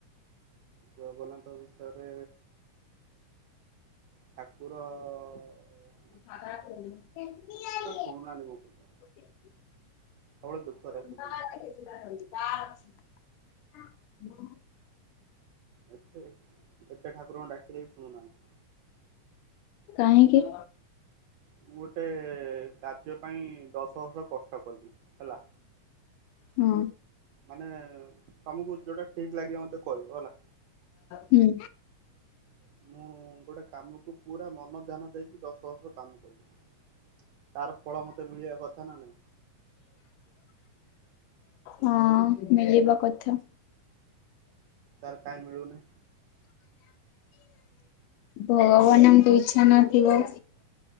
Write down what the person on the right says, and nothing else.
ଜଗନ୍ନାଥ ବିଷୟରେ ଠାକୁର ଅ, ଅ,
ଅ ଶୁଣୁନାହାନ୍ତି ମୋ କଥା
ସବୁବେଳେ ଦୁଃଖ ରଖୁଛନ୍ତି
ଏତେ ଯେତେ ଠାକୁରଙ୍କୁ ଡାକିଲେ ବି ଶୁଣୁନାହାନ୍ତି।
ମୁଁ ଗୋଟେ କାର୍ଯ୍ୟ ପାଇଁ ଦଶ ବର୍ଷ କଷ୍ଟ କଲି ହେଲା।
ମାନେ ତମକୁ ଯୋଉଟା ଠିକ୍ ଲାଗିବ ମତେ କହିବ ହେଲା।
ମୁଁ ଗୋଟେ କାମକୁ ପୁରା ମନ ଧ୍ୟାନ ଦେଇକି ଦଶ ବର୍ଷ କାମ କଲି। ତାର ଫଳ ମତେ ମିଳିବା କଥା ନା ନାଇଁ
ତାର କାଇଁ ମିଳୁନି?